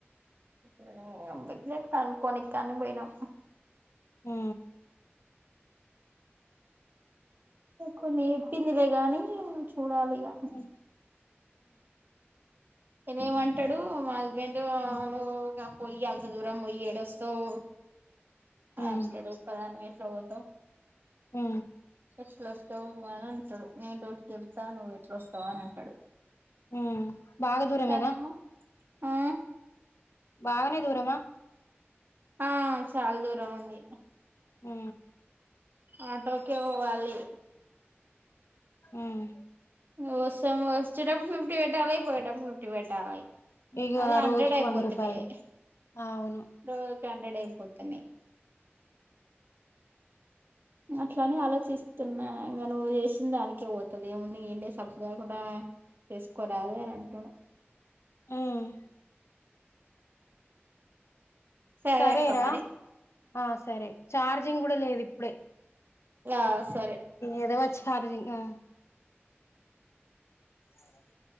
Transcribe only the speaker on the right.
అ ఎందుకులే కనక్కో కని పోయినాం
కొన్ని చెప్పిందిలే గాని చూడాలి ఇక
నేనే ఏమంటాడు మా హస్బెండ్
నువు పోయ్యి అంత దూరం పోయి ఎడస్తవ్
అంటడ్ ఒక్క దానివే ఎట్ల పోతవ్
ఎట్లు వస్తావు అని అంటడు నేను రోటికి వెళ్తా నువ్వు ఎట్ల వస్తవ్ అని అంటడు
తనేమో ఆ
ఆ చాల దూరం ఉంది
ఆటోకే పోవాలి
వసం వచ్చేటప్పుడు ఫిఫ్టీ పెట్టాలి పోయేటప్పుడు ఫిఫ్టీ పెట్టాలి
అదె హండ్రెడ్
అయిపోతున్నాయ్
రోజుకి హండ్రెడ్ అయిపోతున్నయ్ అట్లానే ఆలోచిస్తున్నా ఇంగ నువ్వు చేసిన దానికే పోతది ఏము నే ఏనే సబ్దా కూడా చేసుకోరాదు అని అంటాను
సరే
అక్క మరి
ఆ సరే